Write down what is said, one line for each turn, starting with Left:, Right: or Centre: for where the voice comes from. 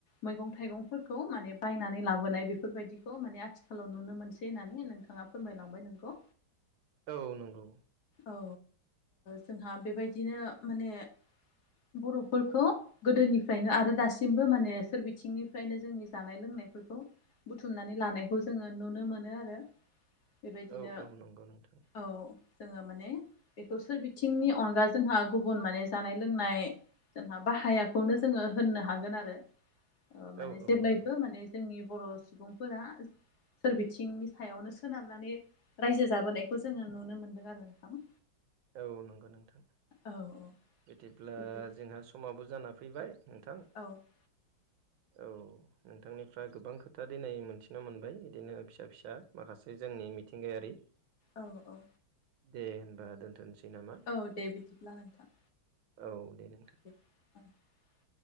Left: मैगं थाइगंफोरखौ माने बायनानै लाबोनाय बेफोरबायदिखौ माने आथिखालाव नुनो मोनसै होननानै नोंथाङा फोरमायलांबाय नोंखौ
Right: औ नंगौ
Left: औ जोंहा ओ बेबायदिनो माने बर'फोरखौ गोदोनिफ्रायनो आरो दासिमबो माने सोर बिथिंनिफ्रायनो जोंनि जानाय लोंनायफो‌रखौ बुथुमनानै लानायखौ जोङो नुनो मोनो आरो बेबायदिनो
Right: औ औ नंगौ नोंथां
Left: औ जोङो माने बेखौ सोर बिथिंनि अनगा जोंहा गुबुन माने जानाय लोंनाय जोंहा बाहायाखौनो जोङो होननो हागोन आरो माने
Right: औ औ
Left: जेब्लायबो
Right: नंगौ
Left: माने जोंनि बर' सुबुंफोरा सोरबिथिंनि सायावनो सोनारनानै रायजो जाबोनायखौ जोङो नुनो मोन्दों आरो नोंथां
Right: औ नंगौ नोंथां
Left: औ औ।
Right: बिदिब्ला
Left: बिदि
Right: जोंहा समाबो जाना फैबाय नोंथां।
Left: औ।
Right: औ। नोंथांनिफ्रा गोबां खोथा दिनै मोनथिनो मोनबाय बिदिनो फिसा फिसा माखासे जोंनि मिथिंगायारि।
Left: औ औ।
Right: दे होनबा दोनथ'नोसै नामा।
Left: औ दे बिदिब्ला नोंथां।
Right: औ दे नोंथां।
Left: <unintelligible>